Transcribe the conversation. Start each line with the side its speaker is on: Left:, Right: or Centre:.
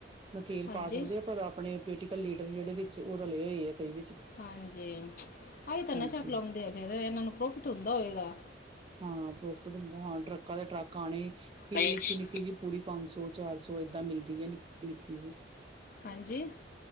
Right: ਨਕੇਲ
Left: ਹਾਂਜੀ
Right: ਪਾ ਸਕਦੇ ਆ, ਪਰ ਆਪਣੇ, ਪੋਲੀਟੀਕਲ ਲੀਡਰ ਜਿਹੜੇ ਵਿੱਚ, ਉਹ ਰਲੇ ਹੋਏ ਐ ਕਈ ਵਿੱਚ,
Left: ਹਾਂਜੀ ਤਾਂਹੀ ਤਾਂ
Right: ਹਾਂਜੀ
Left: ਨਸ਼ਾ ਫੈਲਾਉਂਦੇ ਆ ਫਿਰ, ਇਹਨਾਂ ਨੂੰ ਪ੍ਰੋਫਿਟ ਹੁੰਦਾ ਹੋਵੇਗਾ,
Right: ਹਾਂ ਪ੍ਰੋਫਿਟ ਹੁੰਦਾ ਹਾਂ, ਟਰੱਕਾਂ ਦੇ ਟਰੱਕ ਆਉਣੇ ਕਿ
Left: ਹਾਂਜੀ
Right: ਨਿੱਕੀ ਨਿੱਕੀ ਜਿ, ਪੂਰੀ ਪੰਜ ਸੌ -ਚਾਰ ਸੌ ਏਦਾਂ ਮਿਲਦੀ ਐ ਨਿੱਕੀ- ਨਿੱਕੀ ਜੇਈ,
Left: ਹਾਂਜੀ।